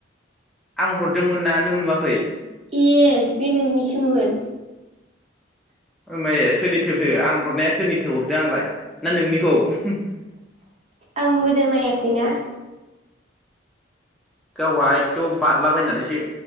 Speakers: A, in the centre; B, on the right.
A: आं हरदोंमोन ना नों नुवाखै
B: ए ए बे नोंनिसोमोन
A: ओमबा ए सोरनिथो फे आं हरनाया सोरनिथो हरदो आंलाय ना नोंनिखौ <unintelligible>
B: आं मोजां नायाखैना
A: गावहा एकदम बारलाबायनानैसो